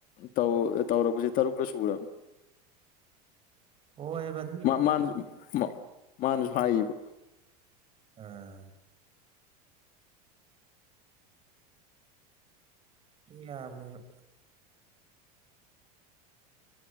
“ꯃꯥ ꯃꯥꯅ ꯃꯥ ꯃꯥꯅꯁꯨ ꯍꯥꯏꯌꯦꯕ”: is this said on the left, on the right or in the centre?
Left